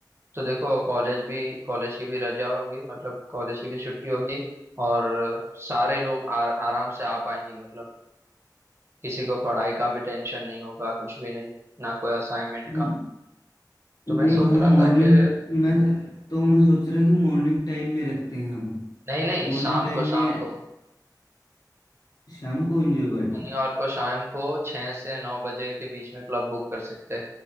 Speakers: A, on the right; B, on the left.
A: तो देखो कॉलेज भी कॉलेज की भी रजा होगी मतलब कॉलेज की भी छुट्टी होगी और सारे लोग आ, आराम से आ पाएंगे मतलब किसी को पढ़ाई का भी टेंशन नहीं होगा कुछ भी नहीं ना कोई असाइनमेंट
B: हम-
A: का तो
B: नहीं
A: मैं सोच
B: हम
A: रहा
B: मॉर्निंग
A: था कि
B: मैं तो मैं सोच रहा कि मॉर्निंग टाइम में रखते हैं हम
A: नहीं नहीं
B: मॉर्निंग
A: शाम
B: टाइम
A: को
B: में
A: शाम को
B: शाम को एंजॉय पार्टी
A: शनिवार को शाम को छह से नौ बजे के बीच में क्लब बुक कर सकते हैं